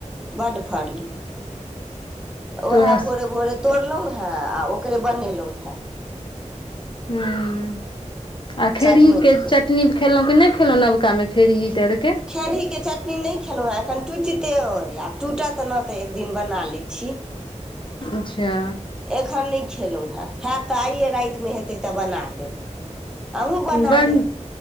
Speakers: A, in the centre; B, on the left (about 40°).
A: बड फड़लै। उएहे
B: तऽ उएह
A: भोरे भोरे तोड़लहुँ हेँ आ ओकरे बनेलहुँ हेँ।
B: हूं आ खेड़ही
A: सजमनिके
B: के चटनी खेलहुं की नहि खेलहु नबका मे खेड़ी डायलके के?
A: खेरीके चटनी नहि खेलहुँ हेँ एखन टुटिते अइ आ टुटत ने तऽ एक दिन बना लै छी
B: अच्छा
A: एखन नहि खेलहुँ हेँ हैत तऽ आइये रातिमे हेतै तऽ बना लेब। अहूँ बना
B: बड्ड
A: लेब